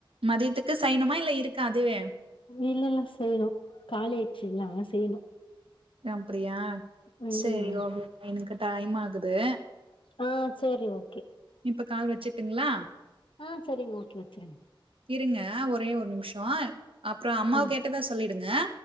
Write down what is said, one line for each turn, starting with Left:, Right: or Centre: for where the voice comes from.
Right: மதியத்துக்கு சையனுமா இல்ல இருக்கா அதுவே
Left: இல்ல இல்ல செய்யணு காலி ஆய்ட்ச்சி எல்லா செய்யணு
Right: அப்பிரியா
Left: ம்
Right: சரி ஓகே எனக்கு டைம் ஆகுது
Left: ஆ சேரி ஓகே
Right: இப்ப கால் வச்சுட்டுங்களா
Left: ஆ சேரிங்க ஓகே வச்சுரே
Right: இருங்க ஒரே ஒரு நிமிஷோ அப்புறொ அம்மாவ
Left: ஆ
Right: கேட்டதா சொல்லிடுங்க